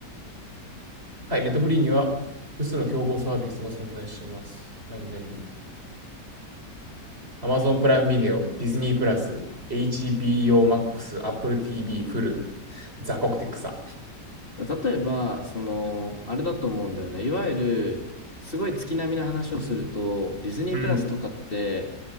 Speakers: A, on the right; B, on the left.
A: はい、ネットフリーには複数の競合サービスが存在します。何何 ?Amazon プライムビデオ、ディズニープラス、HBO Max、Apple TV、フル、ザコクテクサ。
B: 例えば、その、あれだと思うんだよね。いわゆる、すごい月並みな話をすると、ディズニープラスとかって、
A: うん。